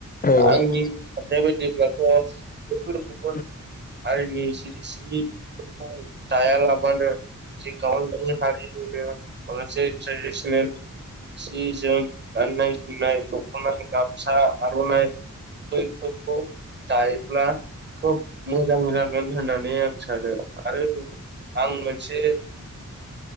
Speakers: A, on the left; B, on the right.
A: उम
B: आंनि साननाय बादिब्लाथ' गुबुन
A: औ
B: गुबुन
A: औ उम औ
B: हारिनि जि जिफोरखौ दायालाबानो जे गावनि हारिनिनो माखासे ट्रेडिसनेल
A: उम
B: सि जोम गाननाय जोमनाय दख'ना गामसा आर'नाइ बैफोरखौ दायोब्ला खोब मोजां जागोन होननानै आं सानो आरो आं मोन से